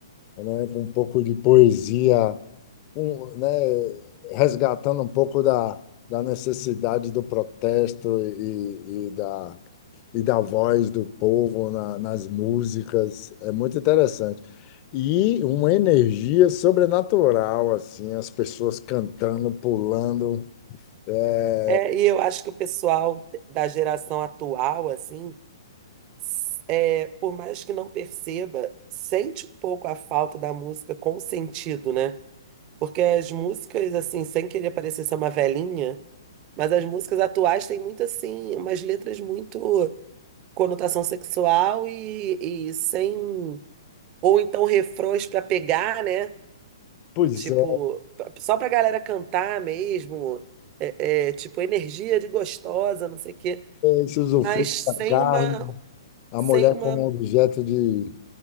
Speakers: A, on the left; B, on the right.
A: né, com um pouco de poesia, um, né, resgatando um pouco da, da necessidade do protesto e, e da, e da voz do povo na- nas músicas. É muito interessante. E uma energia sobrenatural, assim, as pessoas cantando, pulando. é,
B: É, e eu acho que o pessoal da geração atual, assim, s- é, por mais que não perceba, sente um pouco a falta da música com sentido, né? Porque as músicas, assim, sem querer parecer ser uma velhinha, mas as músicas atuais têm muito, assim, umas letras muito conotação sexual e, e sem. Ou então refrões para pegar, né?
A: Pois
B: Tipo,
A: é,
B: p- só pra galera cantar mesmo, é, é, tipo, energia de gostosa, não sei o quê.
A: esse usufruto
B: Mas
A: da
B: sem
A: carne,
B: uma,
A: a
B: sem
A: mulher
B: uma,
A: como objeto de,